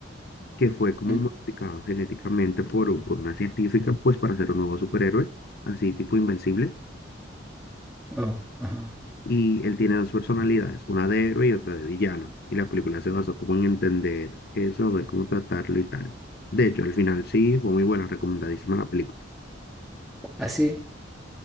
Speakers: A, on the left; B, in the centre.
A: que fue como
B: mm,
A: modificado genéticamente por, u- por una científica pues para ser un nuevo superhéroe, así tipo invencible.
B: oh, ajá.
A: Y él tiene dos personalidades, una de héroe y otra de villano. Y la película se basó como en entender eso, ver cómo tratarlo y tal. De hecho, al final sí, fue muy buena, recomendadísima la película.
B: Ah, sí.